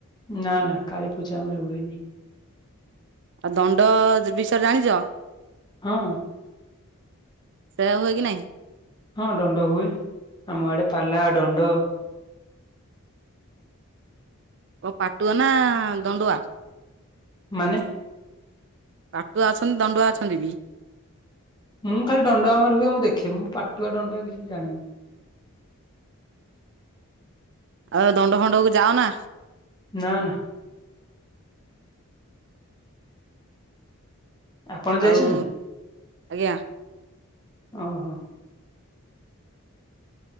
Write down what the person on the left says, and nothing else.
ନା ନା କାଳୀପୂଜା ଆମର ହୁଏନି?
ହଁ।
ହଁ ଡଣ୍ଡ। ହୁଏ ଆମ ଆଡେ ପାଲା ଡଣ୍ଡ।
ମାନେ?
ମୁଁ ଖାଲି ଡଣ୍ଡୁଆ ଆମର ହୁଏ ମୁଁ ଦେଖେ। ମୁଁ ପାଟୁଆ ଡଣ୍ଡୁଆ କିଛି ଜାଣିନି।
ନା ନା। ଆପଣ ଯାଇଛନ୍ତି
ଅ।